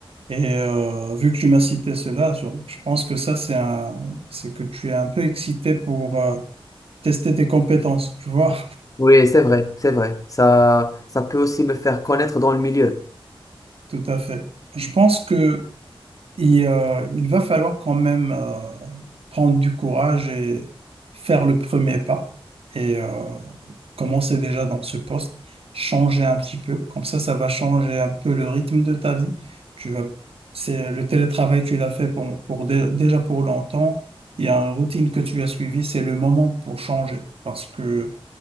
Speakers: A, on the right (about 80°); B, on the left (about 35°).
A: Et euh, vu que tu m'as cité cela, je, je pense que ça, c'est un, c'est que tu es un peu excité pour, euh, tester tes compétences, tu vois.
B: Oui, c'est vrai, c'est vrai. Ça, ça peut aussi me faire connaître dans le milieu.
A: <laughs> Tout à fait. Je pense que il, euh, il va falloir quand même euh, prendre du courage et faire le premier pas et euh, commencer déjà dans ce poste, changer un petit peu. Comme ça, ça va changer un peu le rythme de ta vie. Tu vas, c'est le télétravail, tu l'as fait pour, pour dé- déjà pour longtemps. Il y a une routine que tu as suivie, c'est le moment pour changer parce que